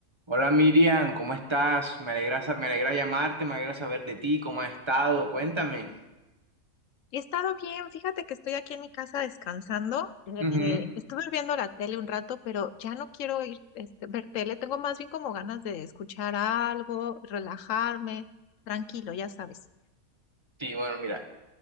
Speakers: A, on the right; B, on the left.
A: Hola Miriam, ¿cómo estás? Me alegra, sa- me alegra llamarte, me alegra saber de ti, cómo has estado, cuéntame.
B: He estado bien, fíjate que estoy aquí en mi casa descansando. eh,
A: Ujú.
B: estuve viendo la tele un rato, pero ya no quiero ir este, ver tele. Tengo más bien como ganas de escuchar algo, relajarme, tranquilo, ya sabes.
A: Sí, bueno, mira,